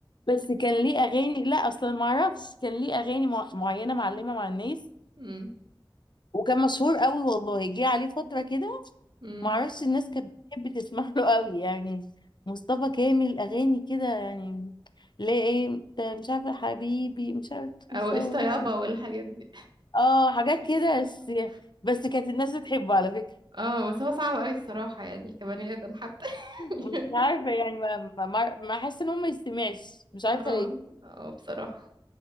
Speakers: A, on the left; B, on the right.
A: بس كان ليه اغاني لا اصلا ما اعرفش كان ليه اغاني مع- معينه معلمه مع الناس
B: امم
A: وكان مشهور قوي والله جه عليه فتره كده
B: امم
A: ما اعرفش الناس كانت بتحب تسمع له قوي يعني مصطفى كامل اغاني كده يعني لا ايه انت مش عارفه حبيبي مش عارفه
B: او
A: تصور
B: قشطة يابا والحاجات دي
A: اه حاجات
B: <laughs>
A: كده بس بس كانت الناس بتحبه على فكره
B: اه بس هو صعب قوي الصراحة يعني كبني آدم حتى <laughs>
A: مش
B: يعني
A: عارفه يعني ما ما ما ما حاسه ان هو ما يستمعش مش عارفه
B: اه
A: ليه
B: اه بصراحة